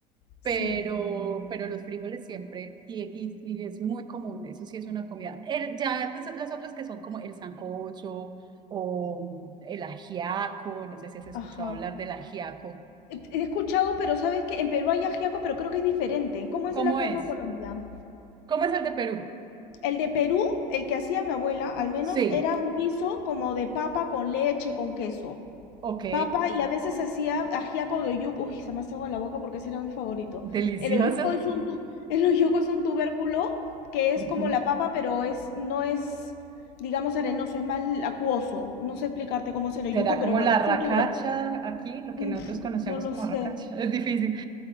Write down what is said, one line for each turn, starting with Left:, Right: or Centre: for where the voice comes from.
Left: Sí,
Right: pero, pero los frijoles siempre, y, y, y es muy común, eso sí es una comida. El- ya pues, las otras que son como el sancocho o el ajiaco, no sé si has escuchado
Left: ajá.
Right: hablar del ajiaco.
Left: He he escuchado, pero sabes que en Perú hay ajiaco, pero creo que es diferente. ¿Cómo
Right: ¿Cómo
Left: es el ajiaco
Right: es?
Left: colombiano?
Right: ¿Cómo es el de Perú?
Left: El de Perú, el que hacía mi abuela, al menos
Right: Sí,
Left: era un guiso como de papa con leche, con queso.
Right: ok,
Left: Papa y a veces hacía ajiaco de oyuco. Uy, se me hace agua la boca porque ese era mi favorito.
Right: delicioso.
Left: El oyuco es un tu- <laughs> el oyuco es un tubérculo que es
Right: Ujú.
Left: como la papa, pero es no es digamos arenoso, es más acuoso. No sé explicarte cómo es el oyuco,
Right: Será
Left: pero
Right: como
Left: bueno,
Right: la racacha
Left: es un tubérculo.
Right: aquí, lo
Left: Mm,
Right: que nosotros
Left: pf,
Right: conocemos
Left: no lo
Right: como
Left: sé.
Right: racacha, <laughs> es difícil.